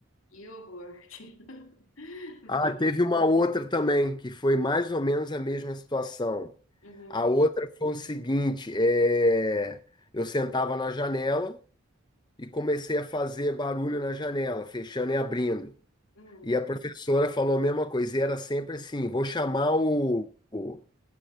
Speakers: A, on the left; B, on the left.
A: que horror. <laughs>
B: Ah,
A: Vai.
B: teve uma outra também, que foi mais ou menos a mesma situação.
A: Uhum,
B: A outra foi o seguinte, é, eu sentava na janela e comecei a fazer barulho na janela, fechando e abrindo.
A: uhum,
B: E a professora falou a mesma coisa, e era sempre assim, vou chamar o... o-